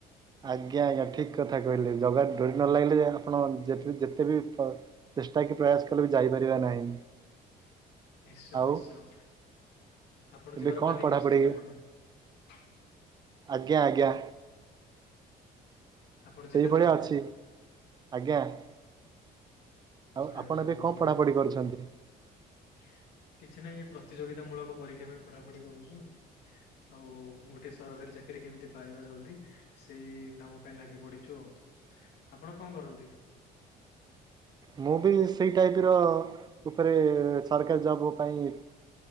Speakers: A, on the right; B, on the left.
A: ଆଜ୍ଞା ଆଜ୍ଞା ଠିକ କଥା କହିଲେ ଜଗା ଡୋରି ନ ଲାଗିଲେ ଯେ ଆପଣ ଯେ ଯେତେବ ଚେଷ୍ଟା କି ପ୍ରୟାସ କଲେ ବି ଯାଇପାରିବା ନାହିଁ।
B: ନିଶ୍ଚୟ
A: ଆଉ
B: ନିଶ୍ଚୟ। ଆପଣ
A: ଏବେ
B: ଯିବାର
A: କଣ
B: ପ୍ଲାନିଂ
A: ପଢ଼ାପଢ଼ି
B: କରୁଛନ୍ତି ନା କଣ? <inaudible>
A: ଆଜ୍ଞା ଆଜ୍ଞା।
B: ଆପଣ ଯିବେ
A: ସେଇଭଳି
B: ତାହେଲେ
A: ଅଛି ଆଜ୍ଞା। <inaudible> ଆଉ
B: ବଢିଆ
A: ଆପଣ
B: ବଢିଆ
A: ଏବେ
B: ବହୁତ
A: କଣ
B: ବଢିଆ
A: ପଢ଼ାପଢ଼ି କରୁଛନ୍ତି?
B: <inaudible> କିଛି ନାଇଁ ଏ ପ୍ରତିଯୋଗିତା ମୂଳକ ପରୀକ୍ଷା ପାଇଁ ପଢା ପଢି କରୁଚି। ଆଉ ଗୋଟେ ସରକାରୀ ଚାକିରି କେମିତି ପାଇବା ଯଲ ସେଇ କାମ ପାଇଁ ଲାଗି ପଡିଛୁ ଆଉ ଆପଣ କଣ କରନ୍ତି।
A: ମୁଁ ବି ସେଇ ଟାଇପ ର ଉପରେ ସରକାରୀ ଜବ୍ ପାଇଁ